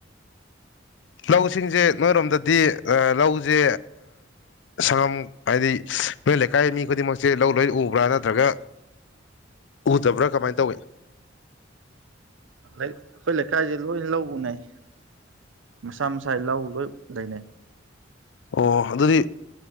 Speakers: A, on the left; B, on the right.
A: ꯂꯧꯁꯤꯡꯁꯦ ꯅꯣꯏꯔꯣꯝꯗꯗꯤ ꯂꯧꯁꯦ ꯁꯪꯒꯝ ꯍꯥꯏꯗꯤ ꯑꯩꯈꯣꯏ ꯂꯩꯀꯥꯏ ꯃꯤ ꯈꯨꯗꯤꯡꯃꯛꯁꯦ ꯂꯧ ꯂꯣꯏ ꯎꯕ꯭ꯔꯥ ꯅꯠꯇ꯭ꯔꯒ
B: <unintelligible> <unintelligible> <inaudible>
A: ꯎꯗꯕ꯭ꯔꯥ ꯀꯃꯥꯏꯅ ꯇꯧꯏꯦ
B: ꯑꯩꯈꯣꯏ ꯂꯩꯀꯥꯏꯁꯦ ꯂꯣꯏ ꯂꯧ ꯎꯅꯩ ꯃꯁꯥ ꯃꯁꯥ ꯂꯧ ꯂꯣꯏ ꯂꯩꯅꯩ
A: ꯑꯣ ꯑꯗꯨꯗꯤ